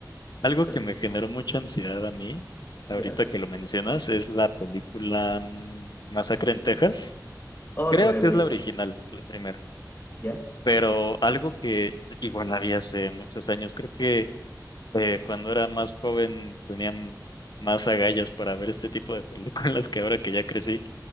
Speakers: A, on the left; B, on the left.
A: Algo que
B: <laughs>
A: me generó mucha ansiedad a mí, ahorita
B: ¿Ya?
A: que lo mencionas, es la película mm, Masacre en Texas.
B: Oh,
A: Creo
B: qué buena
A: que
B: película.
A: es la original, la primera,
B: ¿Ya?
A: pero algo que igual la vi hace muchos años, creo que eh, cuando era más joven tenía m- más agallas para ver este tipo de <laughs> películas que ahora que ya crecí.